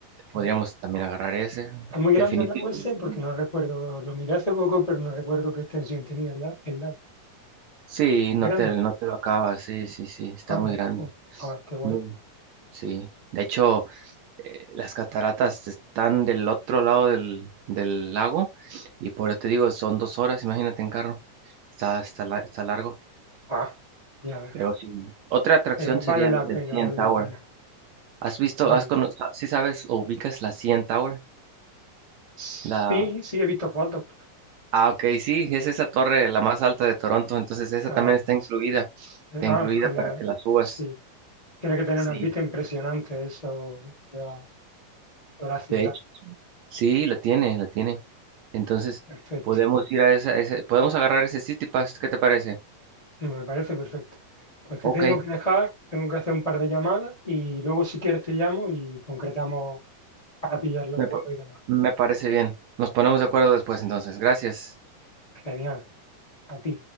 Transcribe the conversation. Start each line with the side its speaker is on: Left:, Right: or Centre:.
Right: podríamos
Left: ah.
Right: también agarrar ese,
Left: Es muy grande
Right: definitivamente.
Left: el lago ese porque no recuerdo, lo miré hace poco, pero no recuerdo qué extensión tenía el, la- el lago.
Right: Sí, no
Left: Grande.
Right: te, no te lo acabas, sí, sí, sí, está
Left: Ah,
Right: muy
Left: no.
Right: grande,
Left: Oh, ah, qué guay.
Right: muy, sí. De hecho, eh, las cataratas están del otro lado del, del lago y por eso te digo, son dos horas, imagínate en carro, está, está, la- está largo,
Left: Ah, ya ves.
Right: pero sí, otra atracción
Left: Pero
Right: sería
Left: vale la
Right: la del
Left: pena,
Right: CN
Left: vale
Right: Tower.
Left: la pena.
Right: ¿Has visto,
Left: Bueno,
Right: has cono- sa- si sabes o ubicas la CN Tower?
Left: sí,
Right: La,
Left: sí, he visto fotos.
Right: ah, ok, sí, es esa torre la más alta de Toronto, entonces esa
Left: Ah,
Right: también está incluida,
Left: s- ah,
Right: está incluida
Left: genial.
Right: para que la subas.
Left: Así. Tiene que tener
Right: Sí,
Left: unas vistas impresionantes eso de la, de la ciudad.
Right: de hecho, sí, la tiene, la tiene. Entonces,
Left: Perfecto.
Right: podemos ir a esa, ese, podemos agarrar ese City Pass, ¿qué te parece?
Left: Me parece perfecto. Pues te
Right: Ok,
Left: tengo que dejar, tengo que hacer un par de llamadas y luego si quieres te llamo y concretamos para pillar los
Right: me,
Left: vuelos
Right: pa-
Left: y demás.
Right: me parece bien. Nos ponemos de acuerdo después entonces. Gracias.
Left: Genial. a ti